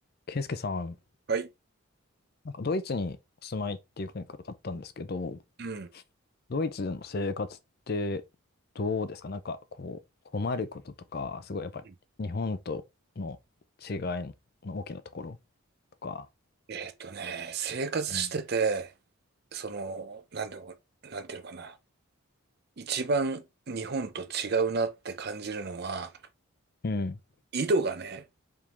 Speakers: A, on the left (about 45°); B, on the right (about 50°).
A: ケイスケさん、
B: はい。
A: なんかドイツにお住まいっていう国からかったんですけど、
B: うん。
A: ドイツでの生活ってどうですかなんかこう、困ることとか、すごいやっぱり日本との違い
B: うん
A: の大きなところとか。
B: えっとね、生活してて、
A: うん
B: その、なんでも、なんていうのかな。一番日本と違うなって感じるのは、
A: うん、
B: 緯度がね、